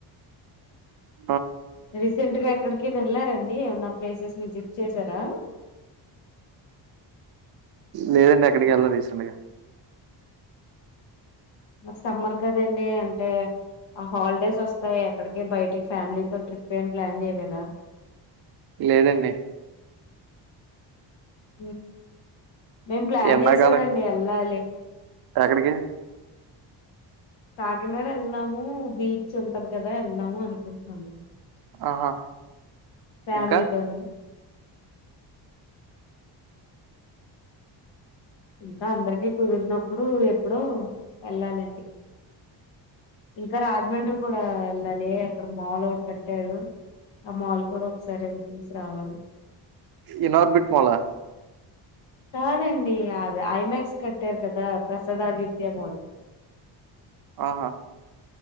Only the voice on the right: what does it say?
మ్
లేదండి ఎక్కడికి వెళ్ళా రీసెంట్గా
లేదండి
ఎండాకాలం
ఎక్కడికి
ఆహా
ఇంకా
ఇ నర్బిట్ మాల
ఆహా